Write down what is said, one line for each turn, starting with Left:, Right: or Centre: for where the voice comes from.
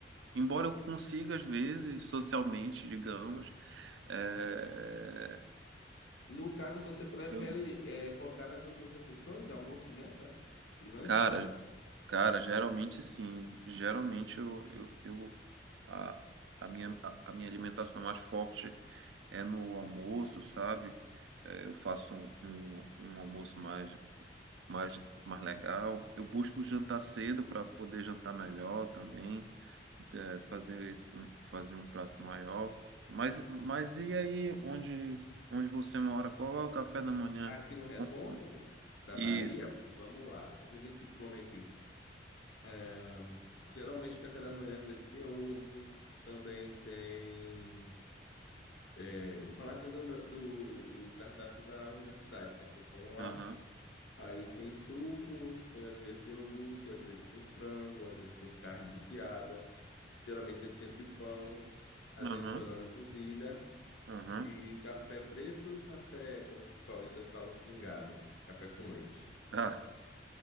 Right: Embora eu consiga, às vezes, socialmente, digamos, é,
Left: No caso, você prefere
Right: eu-
Left: eh, focar nas outras refeições, almoço, janta e lanches?
Right: cara, cara, geralmente sim. Geralmente eu, eu, eu- a, a minha, a, a minha alimentação mais forte é no almoço, sabe? É, eu faço um, um, um almoço mais, mais, mais legal. Eu busco jantar cedo para poder jantar melhor também. é, fazer um, fazer um prato maior. Mas, mas e aí, onde, onde você mora? Qual é o café da manhã?
Left: Aqui no Recôncavo
Right: Com- com-
Left: da
Right: Isso.
Left: Bahia, vamos lá. O que que a gente come aqui? Ahn, Geralmente, café da manhã, às vezes, tem ovo. Também tem. é, eu vou falar assim do, meu- do, do cardápio da universidade, né? Que eu como lá.
Right: Aham.
Left: Aí tem suco, tem às vezes iogurte, às vezes tem frango, às vezes tem carne desfiada. Geralmente tem sempre pão, às
Right: Aham.
Left: vezes banana cozida.
Right: Aham.
Left: E café preto e café, como os paulistas falam, pingado. Café com leite.
Right: Ah.